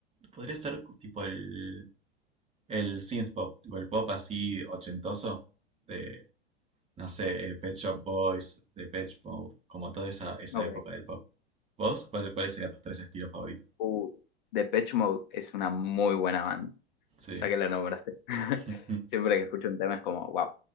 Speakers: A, on the right; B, on the left.
A: podría ser tipo el, el synth pop, tipo el pop así ochentoso, de no sé, eh, Pet Shop Boys, The Pet Mode, como toda esa, esa
B: Ok.
A: época del pop. ¿Vos? ¿Cuál, cuáles serían tus tres estilos favoritos?
B: Uh, Depeche Mode es una muy buena banda,
A: Sí.
B: ya que la nombraste. <laughs>
A: <laughs>
B: Siempre que escucho un tema es como, wow.